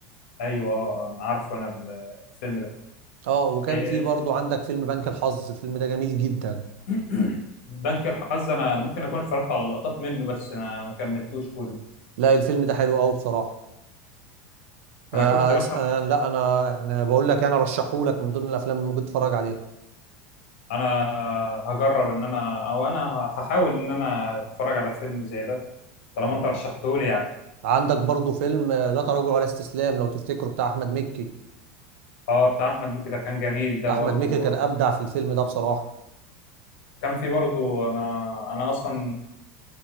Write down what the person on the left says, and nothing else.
ايوه اه آه، عارفه انا ال- الفيلم ده
آه،
<clears throat> بنك الحظ انا ممكن اكون اتفرجت على لقطات منه بس انا ما كملتوش كله
انا كنت مثلا
انا هجرب ان انا او انا هحاول ان انا اتفرج على فيلم زي ده طالما
انت رشحته لي يعني
اه بتاع احمد مكي ده كان جميل ده
برضو
كان في برضو انا انا اصلا